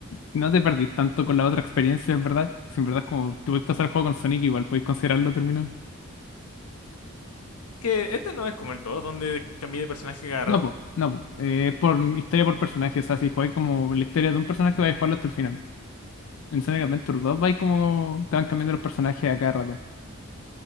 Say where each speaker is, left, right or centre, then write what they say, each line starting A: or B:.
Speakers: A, on the left (about 65°); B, on the left (about 90°).
A: No te perdís tanto con la otra experiencia, en verdad. Si en verdad como... Te puedes pasar el juego con Sonic, igual podéis considerarlo terminado.
B: que este no es como el 2, donde cambié de personaje cada
A: No,
B: rato.
A: po. No, po. Eh, por historia por personaje. O sea, si jugáis como la historia de un personaje, vais a jugarlo hasta el final. En Sonic Adventure 2 vais como. Te van cambiando los personajes a cada rato.